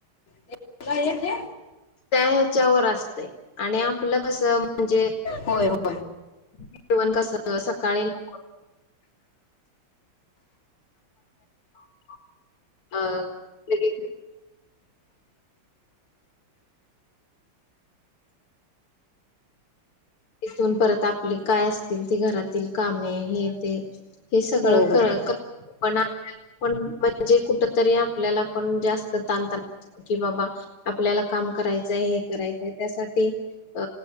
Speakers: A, on the left; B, on the left.
A: ते का येते
B: त्या ह्याच्यावर असते आणि आपलं कस म्हणजे
A: होय होय
B: जेवण कसे सकाळी लवकर होते <unintelligible> अ लगेच तिथून परत आपले काय असतील तेी घरातील कामे हे ते हे सगळं
A: हो हो
B: कर पणा पण म्हणजे कुठ तरी आपल्याला पण जास्त ताण तणत की बाबा आपल्याला काम करायचंय हे करायचंय त्यासाठी अ